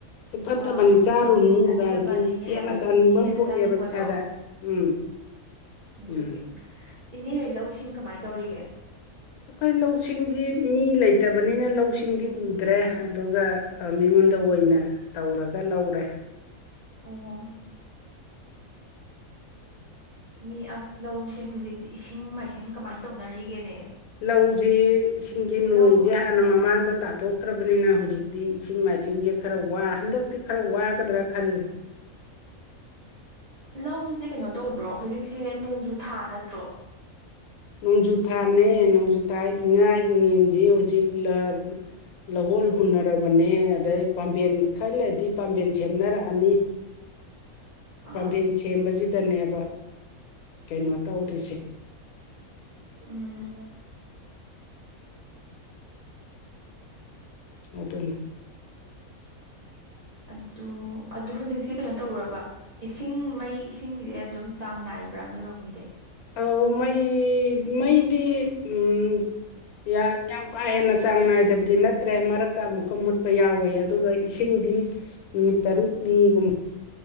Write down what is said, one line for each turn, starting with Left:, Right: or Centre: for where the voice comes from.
Left: ꯁꯤ ꯐꯠꯇꯕꯅꯤ
Right: ꯑꯥ
Left: ꯆꯥꯔꯨꯅꯨꯒꯥꯏꯗꯤ
Right: ꯁꯤ ꯐꯠꯇꯕꯅꯤ ꯍꯥꯏꯕꯁꯤꯗꯤ
Left: ꯍꯦꯟꯅ ꯆꯥꯅꯤꯡꯕ
Right: ꯍꯦꯟꯅ
Left: ꯑꯃ ꯄꯣꯛꯑꯦꯕ
Right: ꯆꯥꯅꯤꯡꯕꯗꯣ
Left: ꯏꯁꯥꯗ ꯎꯝ
Right: ꯑꯗꯨꯒꯤ
Left: ꯎꯝ
Right: ꯏꯅꯦꯍꯣꯏ ꯂꯧ ꯁꯤꯡ ꯀꯃꯥꯏ ꯇꯧꯔꯤꯒꯦ
Left: ꯑꯩꯈꯣꯏ ꯂꯧꯁꯤꯡꯗꯤ ꯃꯤ ꯂꯩꯇꯕꯅꯤꯅ ꯂꯧꯁꯤꯡꯗꯤ ꯎꯗ꯭ꯔꯦ ꯑꯗꯨꯒ ꯑ ꯃꯤꯉꯣꯟꯗ ꯑꯣꯏꯅ ꯇꯧꯔꯒ ꯂꯧꯔꯦ
Right: ꯑꯣ ꯃꯤ ꯑꯁ ꯂꯧꯁꯤꯡ ꯍꯧꯖꯤꯛꯇꯤ ꯏꯁꯤꯡ ꯃꯥꯏꯁꯤꯡ ꯀꯃꯥꯏ ꯇꯧꯅꯔꯤꯒꯦꯅꯦ
Left: ꯂꯧꯖꯤ ꯏꯁꯤꯡꯖꯤ ꯅꯣꯡꯖꯦ
Right: ꯂꯧ
Left: ꯍꯥꯟꯅ ꯃꯃꯥꯡꯗ ꯇꯥꯊꯣꯛ ꯈ꯭ꯔꯕꯅꯤꯅ ꯍꯧꯖꯤꯛꯇꯤ ꯏꯁꯤꯡ ꯃꯥꯏꯁꯤꯡꯖꯦ ꯈꯔ ꯋꯥ ꯍꯟꯗꯛꯇꯤ ꯈꯔ ꯋꯥꯒꯗ꯭ꯔꯥ ꯈꯜꯂꯦ
Right: ꯂꯧꯖꯦ ꯀꯩꯅꯣ ꯇꯧꯕ꯭ꯔꯣ ꯍꯧꯖꯤꯛꯁꯦ ꯅꯣꯡꯖꯨ ꯊꯥ ꯅꯠꯇ꯭ꯔꯣ
Left: ꯅꯣꯡꯖꯨꯊꯥꯅꯦ ꯅꯣꯡꯖꯨꯊꯥ ꯏꯉꯥ ꯏꯉꯦꯟꯖꯦ ꯍꯧꯖꯤꯛ ꯂ ꯂꯧꯍꯣꯜ ꯍꯨꯟꯅꯔꯕꯅꯦ ꯑꯗꯩ ꯄꯥꯝꯕꯦꯟ ꯈꯔ ꯂꯩꯗꯤ ꯄꯥꯝꯕꯦꯟ ꯁꯦꯝꯅꯔꯛꯑꯅꯤ
Right: ꯑꯥ
Left: ꯄꯥꯝꯕꯦꯟ ꯁꯦꯝꯕꯖꯤꯗꯅꯦꯕ ꯀꯩꯅꯣ ꯇꯧꯔꯤꯁꯦ
Right: ꯎꯝ
Left: ꯑꯗꯨꯅꯦ
Right: ꯑꯗꯨ ꯑꯗꯨ ꯍꯧꯖꯤꯛꯁꯦ ꯀꯩꯅꯣ ꯇꯧꯕ꯭ꯔꯕ ꯏꯁꯤꯡ ꯃꯩ ꯏꯁꯤꯡꯖꯦ ꯑꯗꯨꯝ ꯆꯥꯡ ꯅꯥꯏꯕ꯭ꯔꯥ ꯅꯣꯏꯔꯣꯝꯒꯤꯗꯤ
Left: ꯑꯧ ꯃꯩ ꯃꯩꯗꯤ ꯎꯝ ꯌꯥ ꯌꯥꯝ ꯀꯥ ꯍꯦꯟꯅ ꯆꯥꯡ ꯅꯥꯏꯗꯕꯗꯤ ꯅꯠꯇ꯭ꯔꯦ ꯃꯔꯛꯇ ꯑꯃꯨꯛꯀ ꯃꯨꯠꯄ ꯌꯥꯎꯋꯦ ꯑꯗꯨꯒ ꯏꯁꯤꯡꯗꯤ ꯅꯨꯃꯤꯠ ꯇꯔꯨꯛꯅꯤꯒꯨꯝꯕ